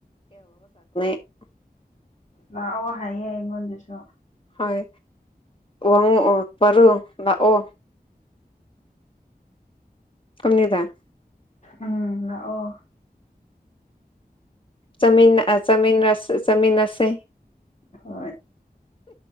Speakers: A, on the left (about 30°); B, on the left (about 50°).
A: <unintelligible>
B: ꯂꯥꯛꯑꯣ ꯍꯥꯏꯌꯦ ꯑꯩꯉꯣꯟꯗꯁꯨ
A: ꯍꯣꯏ ꯋꯥꯡꯉꯛꯑꯣ ꯄ꯭ꯔꯣ ꯂꯥꯛꯑꯣ <unintelligible>
B: ꯎꯝ ꯂꯥꯛꯑꯣ
A: ꯆꯥꯃꯤꯟ ꯑꯥ ꯆꯥꯃꯤꯟꯔꯁ ꯆꯥꯃꯤꯟꯅꯁꯦ
B: ꯍꯣꯏ